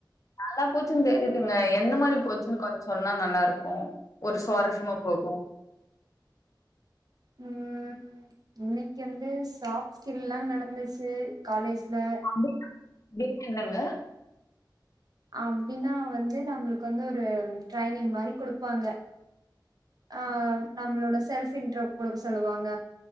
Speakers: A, on the left; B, on the right.
A: நல்லா போச்சுன்னு தெரியுதுங்க எந்த மாரி போச்சுன்னு கொஞ் சொன்னா நல்லாருக்கு ஒரு சுவாரஸ்யமா போகு
B: ம், இன்னைக்கி வந்து சாஃப்ட் ஸ்கில்லா நடந்துச்சு காலேஜ்ல
A: அப்டி இப்டின்னு என்னங்க
B: அப்டினா வந்து நம்ளுக்கு வந்து ஒரு ட்ரைனிங் மாரி குடுப்பாங்க. ஆ, நம்ளோட செல்ஃப் இன்ட்ரோ குடுக்க சொல்லுவாங்க